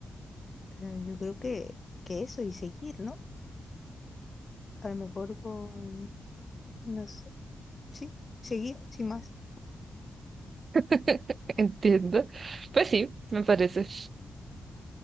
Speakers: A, on the left; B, on the right.
A: eh, yo creo que, que eso y seguir, ¿no? A lo mejor con, no sé, sí, seguir, sin más.
B: <laughs> Entiendo. Pues sí, me parece.